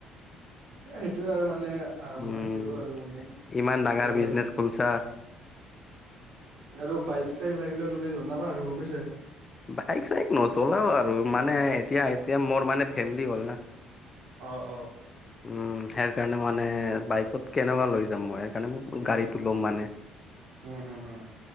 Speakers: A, on the right; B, on the left.
A: এ সেইটোৱে আৰু মানে আৰম্ভনি
B: উম,
A: দিলো আৰু মানে এতিয়া
B: ইমান ডাঙৰ বিজনেচ
A: ভালপোৱা
B: খুলছা।
A: আৰু বাইক চাইক লাগিলেও তুমি জনাবা আৰু গম পাইছা?
B: বাইক চাইক নচলাও আৰু মানে এতিয়া এতিয়া মোৰ মানে ফেমিলি হ'ল না?
A: অ, অ।
B: উম। সেয়াৰকাৰণে মানে বাইকত কেনেকুৱা লৈ যাম মই? সেকাণে মোক
A: উম,
B: গাড়ীটো লম মানে।
A: হম, হম, হম,